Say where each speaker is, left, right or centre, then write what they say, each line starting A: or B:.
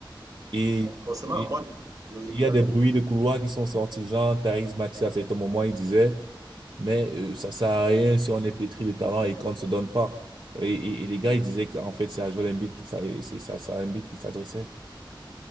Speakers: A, on the right (about 60°); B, on the right (about 40°).
A: Et
B: Forcément,
A: il
B: moi, oui,
A: il y a
B: là,
A: des bruits
B: je
A: de couloirs qui sont sortis, genre Tariq Maxi à certain moment, il disait, mais euh, ça sert à rien si on est pétri de talent et qu'on ne se donne pas. Et, et- et les gars, ils disaient que en fait, c'est à Joel Embiid qui s'ad- c'est c'est à Joel Embiid qui s'adressait.